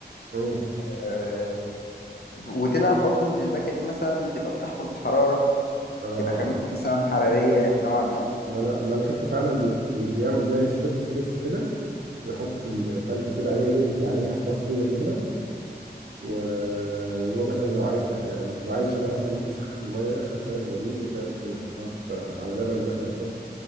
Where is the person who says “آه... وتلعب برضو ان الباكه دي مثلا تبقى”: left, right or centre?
Left